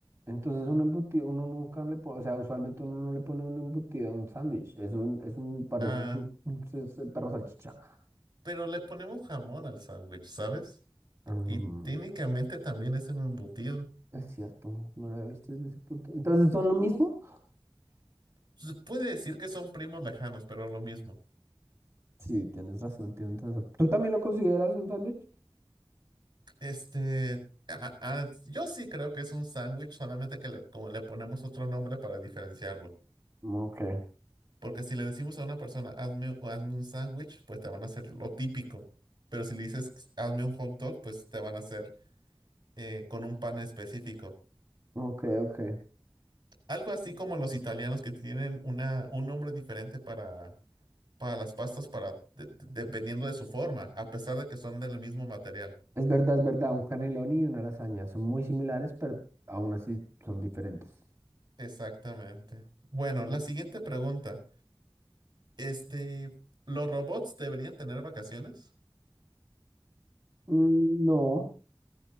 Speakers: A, on the right (about 35°); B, on the right (about 60°).
A: Entonces un embutido, uno nunca le pone, o sea, usualmente uno no le pone un embutido a un sándwich. Es un, es un, parece
B: Ah,
A: un, un s- s- perro salchicha.
B: pero le ponemos jamón al sándwich, ¿sabes?
A: Mm,
B: Y técnicamente también es un embutido.
A: es cierto, no lo había visto desde ese punto. Entonces, ¿son lo mismo?
B: Se puede decir que son primos lejanos, pero lo mismo.
A: Sí, tienes razón, tienes razón. ¿Tú también lo consideras un sándwich?
B: Este, a- a- yo sí creo que es un sándwich, solamente que le, como le ponemos otro nombre para diferenciarlo.
A: Ok,
B: Porque si le decimos a una persona, hazme, o hazme un sándwich, pues te van a hacer lo típico. Pero si le dices, hazme un hot dog, pues te van a hacer eh, con un pan específico.
A: ok, ok.
B: Algo así como los italianos que tienen una, un nombre diferente para, para las pastas, para, de- de- dependiendo de su forma, a pesar de que son del mismo material.
A: Es verdad, es verdad, un canelón y una lasaña son muy similares, pero aún así son diferentes.
B: Exactamente. Bueno, la siguiente pregunta. Este, ¿los robots deberían tener vacaciones?
A: Mm, No.